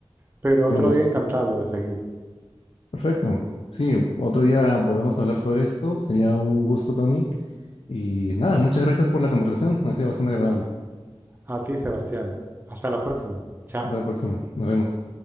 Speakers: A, on the right; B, on the left.
A: pero
B: sería
A: otro
B: un gusto.
A: día encantado de seguir.
B: Perfecto. Sí, otro día volvamos a hablar sobre esto. Sería un gusto, Tony. Y nada, muchas gracias por la conversación. Ha sido bastante agradable.
A: A, a ti, Sebastián. Hasta la próxima. Chao.
B: Hasta la próxima. Nos vemos.